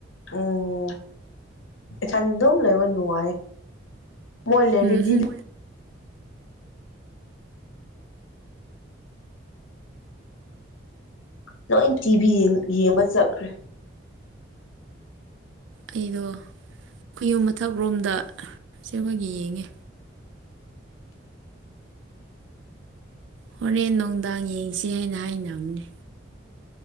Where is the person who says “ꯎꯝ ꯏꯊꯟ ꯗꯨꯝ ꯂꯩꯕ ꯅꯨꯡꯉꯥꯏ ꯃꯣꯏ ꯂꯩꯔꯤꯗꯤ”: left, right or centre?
Left